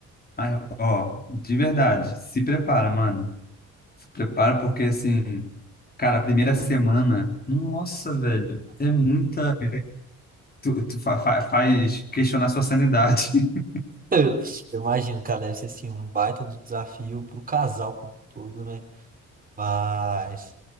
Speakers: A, on the left; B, on the right.
A: Ah, ó, de verdade, se prepara, mano, Se prepara porque assim, cara, a primeira semana, nossa, velho, é muita. Tu, tu fa- fa- faz questionar sua sanidade. <laughs>
B: Eu eu imagino, cara, deve ser assim, um baita do desafio pro casal como um todo, né? Mas,